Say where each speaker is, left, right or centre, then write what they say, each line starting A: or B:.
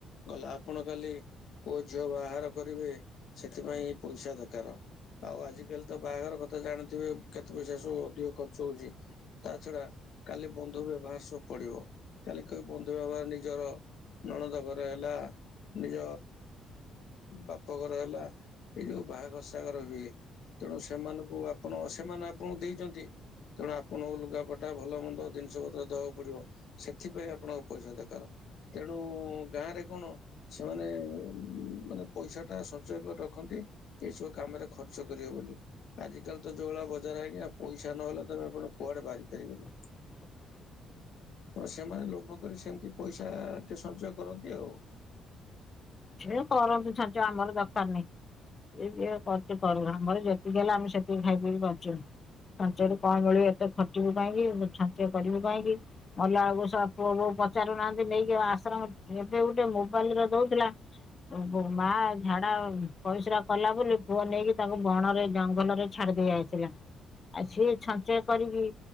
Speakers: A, on the left; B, on the left.
A: ଗଲା ଆପଣ କାଲି ପୁଅ ଝିଅ ବାହାଘର କରିବେ ସେଥିପାଇଁଁ ପଇସା ଦରକାର। ଆଉ ଆଜିକାଲି ତ ବାହାଘର କଥା ଜାଣିଥିବେ କେତେ ପଇସା ସବୁ ଅଧିକ ଖର୍ଚ୍ଚ ହଉଛି। ତା ଛଡା କାଲି ବନ୍ଧୁ ବ୍ୟବହାର ସବୁ ପଡିବ କାଲି କି ବନ୍ଧୁ ବ୍ୟବହାର ନିଜର ନଣଦ ଘର ହେଲା ନିଜ ବାପଘର ହେଲା ଏଇ ଯୋଉ ବାହାଘର ସହାଘର ହୁଏ। ତେଣୁ ସେମାନଙ୍କୁ ଆପଣ ସେମାନେ ଆପଣଙ୍କୁ ଦେଇଛନ୍ତି ତେଣୁ ଆପଣଙ୍କୁ ଲୁଗାପଟା ଭଲ ମନ୍ଦ ଜିନିଷ ପତ୍ର ଦେବାକୁ ପଡିବ। ସେଥିପାଇଁ ଆପଣଙ୍କ ପଇସା ଦରକାର, ତେଣୁ ଗାଁରେ କଣ ସେମାନେ ମାନେ ପଇସା ଟା ସଞ୍ଚୟ କରି ରଖନ୍ତି ଏଇସବୁ କାମରେ ଖର୍ଚ୍ଚ କରିବେ ବୋଲି। ଆଜିିକାଲି ତ ଯୋଉ ଭଳିଆ ବଜାର ଆଜ୍ଞାପଇସା ନହେଲେ ତମେ ଆପଣକୁଆଡେ ବାହାରିପାରିବନି।
B: <inaudible>
A: ତ ସେମାନେ ଲୋଭ କରି ସେମିତି ପଇସା ଟିକିଏ ସଞ୍ଚୟ କରନ୍ତି ଆଉ।
B: ସେକରନ୍ତୁ ସଞ୍ଚୟ ଆମର ଦରକାର ନାହିଁ। ଏ ଯିଏକରୁ ଚିକରୁଆମର ଯେତିକି ହେଲା ଆମେ ସେତିକି ଖାଇ ପିଇ କି ବଞ୍ଚିବୁ। ସଞ୍ଚୟରୁକଣ ମିଳିବ ଏତେଖଟିବୁ କାଇଁକିସଞ୍ଚୟ କରିବୁ କାଇଁକି। ମଲା ବେଳକୁ ଶଳା ପୁଅ ବହୂ ପଚାରୁନାହାନ୍ତି ନେଇକି ଆଶ୍ରମ ଏବେ ଗୋଟେ ମୋବାଇଲ ରେଦଉଥିଲା। ଏ ବହୁ ମା ଝାଡା ଓ ପଇସ୍ରା କଲା ବୋଲି ପୁଅ ନେଇକି ତାକୁ ବଣ ରେ ଜଙ୍ଗଲ ରେ ଛାଡିଦେଇ ଆସିଲା। ଆ ସିଏ ଛଞ୍ଚୟ କରିକି